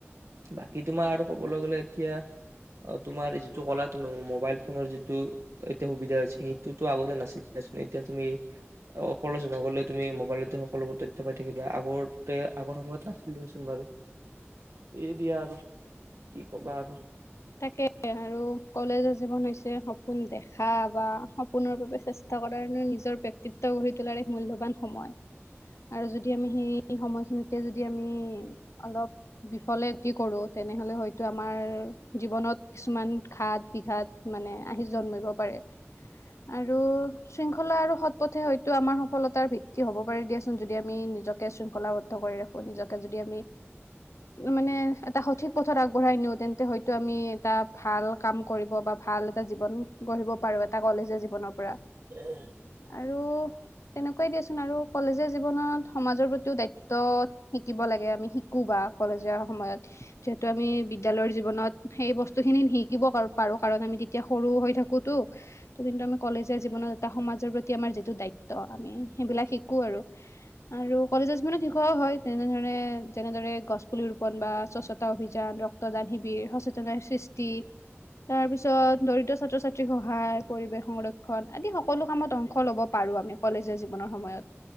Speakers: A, on the right (about 75°); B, on the left (about 85°).
A: বাকী তোমাৰ আৰু ক'বলৈ গ'লে এতিয়া, তোমাৰ যিটো কলা তুমি মোবাইল ফোনৰ যিটো এতিয়া সুবিধা হৈছে সেইটোতো আগতে নাছিলে চুন। এতিয়া তুমি কলেজ নগলে তুমি মোবাইলতে সকলোবোৰ তথ্য পাই থাকিবা আগতে আগৰ সময়ত। নাছিল দিয়াচোন বাৰু। এই দিয়া আৰু কি কবা আৰু?
B: তাকে আৰু কলেজৰ জীৱন হৈছে সপোন দেখা বা সপোনৰ বাবে চেষ্টা কৰাৰ নিজৰ ব্ক্তিত্ব গঢ়ি তোলাৰ এক মূল্যবান সময়। আৰু যদি আমি সেই সময়খিনিতে যদি আমি অলপ বিফলেতি কৰোঁ তেনেহলে হয়তো আমাৰ। জীৱনত কিছুমান ঘাত বিঘাত মানে আহি জন্মিব পাৰে। আৰু শৃংখলা আৰু সৎ পথে হয়তো আমাৰ সফলতাৰ ভিত্তি হব পাৰে দিয়াচোন। যদি আমি নিজকে শৃংখলাবদ্ধ কৰি ৰাখো নিজকে যদি আমি মানে এটা সঠিক পথত আগবঢ়াই নিওঁ তেন্তে হয়। আমি এটা ভাল কাম। কৰিব বা ভাল এটা জীৱন গঢ়িব পাৰো, এটা কলেজৰ জীৱনৰ পৰা।
A: <unintelligible>
B: আৰু তেনেকুৱাই দিয়াচোন আৰু কলেজীয়া জীৱনত সমাজৰ প্ৰতিও দায়িত্ব শিকিব লাগে। আমি শিকো বা কলেজীয়া সময়ত যিহেতু আমি বিদ্যালয়ৰ জীৱনত। সেই বস্তু খিনি শিকিবো পাৰো কাৰণ আমি তেতিয়া সৰু হৈ থাকোতো, ত কিন্তু আমি কলেজৰ জীৱনত এটা সমাজৰ প্ৰতি আমাৰ যিটো দায়িত্ব, আমি সেইবিলাক শিকো আৰু। আৰু কলেজৰ জীৱনত শিকোৱাও হয় তেনেধৰণে যেনেদৰে গছ পুলি ৰোপন বা স্বচ্ছতা অভিযান। ৰক্তদান শিবিৰ। সৃষ্টি। তাৰ পিছত দৰিদ্ৰ ছাত্ৰ ছাত্ৰীৰ সহায়, পৰিৱেশ সংৰক্ষণ। আদি সকলো কামত অংশ ল'ব। পাৰোঁ আমি কলেগীয়া জীৱনৰ সময়ত।